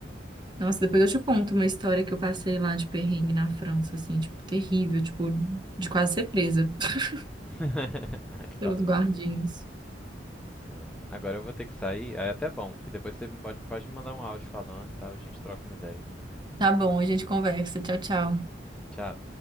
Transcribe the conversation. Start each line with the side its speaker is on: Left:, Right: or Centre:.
Right: Nossa, depois
Centre: é.
Right: eu te conto uma história que eu passei lá de perrengue na França, assim, tipo, terrível, tipo, de quase ser presa <laughs>
Centre: <laughs> Aí
Right: pelos
Centre: fala
Right: guardinhas.
Centre: assim. É, Agora eu vou ter que sair. Aí É até bom, que depois você pode, pode me mandar um áudio falando e tal, a gente troca uma ideia.
Right: Tá bom, a gente conversa. Tchau, tchau.
Centre: Tchau.